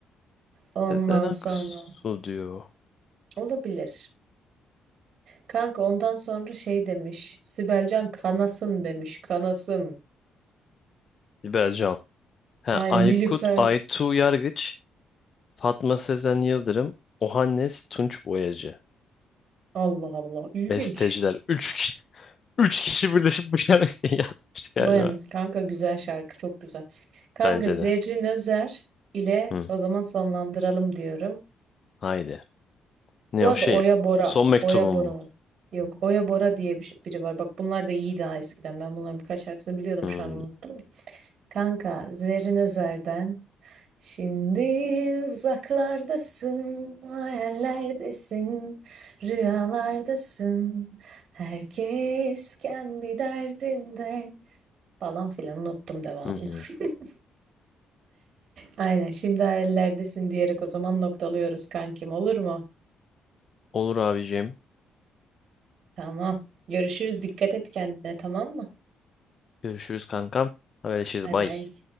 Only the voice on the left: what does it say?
Sezen Aksu
diyor.
Sibel Can. He,
Aykut
Aytu Yargıç, Fatma Sezen Yıldırım, Ohannes Tunç Boyacı.
Besteciler. Üç kişi, <laughs> üç kişi birleşip bu şarkıyı <laughs> yazmış galiba.
Bence
de.
Hı,
haydi. Ne
o şey?
Son mektubum
mu?
Hı,
hı, hı.
Olur abicim.
Görüşürüz kankam. Haberleşiriz.
Bay.